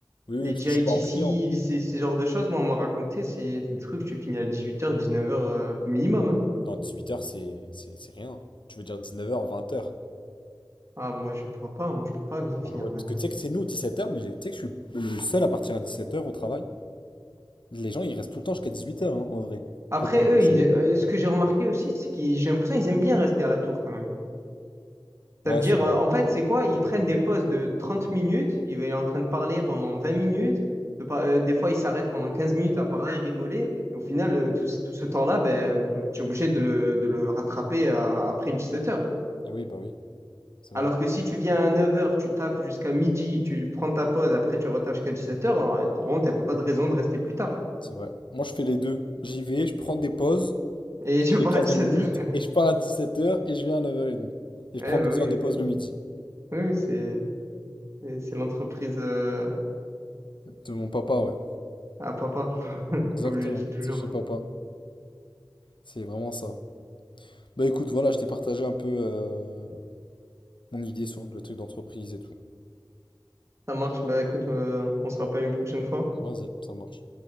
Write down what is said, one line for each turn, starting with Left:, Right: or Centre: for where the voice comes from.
Left: oui, oui,
Right: Les
Left: parce
Right: GITC,
Left: que je suis pas en client.
Right: ces, ces genres de choses, moi, on m'a raconté, c'est le truc, tu finis à 18h, 19h minimum. hein.
Left: Non, 18 heures, c'est c'est- c'est rien. Tu veux dire 19 heures, 20 heures?
Right: Ah, moi, je pourrais pas, moi, je peux pas finir
Left: Ah ouais,
Right: à 20h.
Left: parce que tu sais que c'est nous 17h, mais j'ai- tu sais que je suis le seul à partir à 17h au travail. Les gens, ils restent tout le temps jusqu'à 18h, en vrai,
Right: Après,
Left: quand t'es dans
Right: eux,
Left: ton série
Right: ils- euh, ce que j'ai remarqué aussi, c'est que j'ai l'impression qu'ils aiment bien rester à la tour quand même.
Left: Ouais,
Right: Ça veut dire,
Left: c'est vrai.
Right: euh, en fait, c'est quoi? Ils prennent des pauses de 30 minutes, ils vont être en train de parler pendant 20 minutes. peut pas- euh, Des fois, ils s'arrêtent pendant 15 minutes à parler, rigoler. Et au final, euh, tout, ce tout ce temps-là, ben, euh, tu es obligé de le, de le rattraper euh, après 17h.
Left: Ah oui, bah oui, c'est
Right: Alors
Left: vrai,
Right: que si tu viens à neuf heures, tu taffes jusqu'à midi, tu prends ta pause, après tu retaffes jusqu'à dix-sept heures. normalement, t'as pas de raison de rester plus tard.
Left: c'est vrai. Moi, je fais les deux. J'y vais, je prends des pauses,
Right: Et
Left: je
Right: je
Left: fais
Right: pars
Left: 15-20
Right: à 17h.
Left: minutes, et je pars à 17h et je viens à 9h30. Et je
Right: Eh
Left: prends deux
Right: ben <laughs> oui,
Left: heures de
Right: oui,
Left: pause le midi.
Right: oui, c'est c'est c'est l'entreprise euh,
Left: De mon papa, ouais.
Right: à papa, <laughs>
Left: Exactement,
Right: comme je dis toujours.
Left: c'est chez papa. C'est vraiment ça. Bah écoute, voilà, je t'ai partagé un peu euh, mon idée sur le truc d'entreprise et tout.
Right: Ça marche, bah écoute, euh, on se rappelle une prochaine fois.
Left: Vas-y, ça marche.